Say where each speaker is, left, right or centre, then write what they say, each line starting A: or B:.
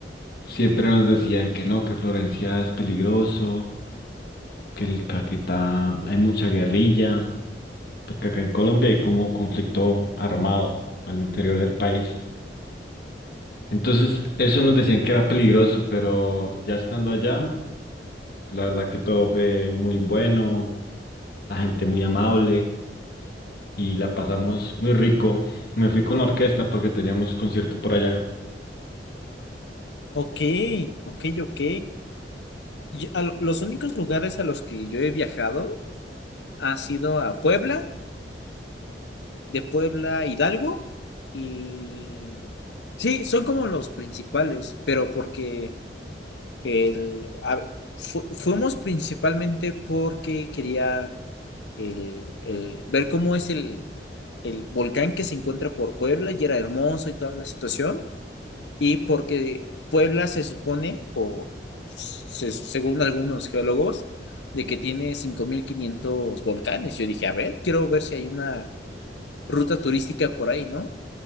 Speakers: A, on the left (about 60°); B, on the left (about 80°).
A: siempre nos decían que no, que Florencia es peligroso, que el Caquetá hay mucha guerrilla, porque acá en Colombia hay como conflicto armado al interior del país. Entonces, eso nos decían que era peligroso, pero ya estando allá, la verdad que todo fue muy bueno, la gente muy amable y la pasamos muy rico. Me fui con la orquesta porque teníamos concierto por allá.
B: Ok, ok, ok. Yo- a lo- los únicos lugares a los que yo he viajado ha sido a Puebla, de Puebla a Hidalgo y... Sí, son como los principales, pero porque... El, a- fu- fuimos principalmente porque quería el, el- ver cómo es el, el volcán que se encuentra por Puebla y era hermoso y toda la situación. Y porque Puebla se supone, por, se- según algunos geólogos, de que tiene 5.500 volcanes. Yo dije, a ver, quiero ver si hay una ruta turística por ahí, ¿no?